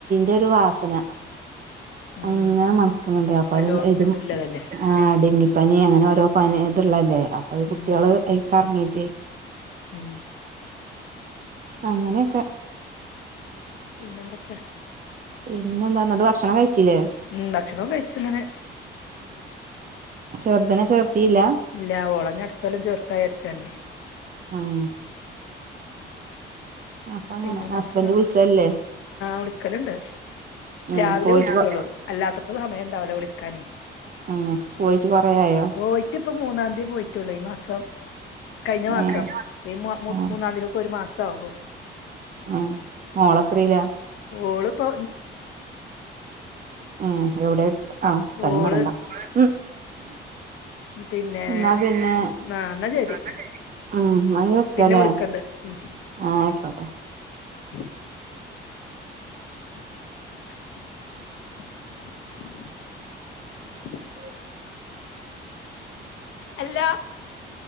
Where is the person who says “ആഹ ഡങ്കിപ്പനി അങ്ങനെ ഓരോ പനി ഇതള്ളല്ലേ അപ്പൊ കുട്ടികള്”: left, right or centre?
Right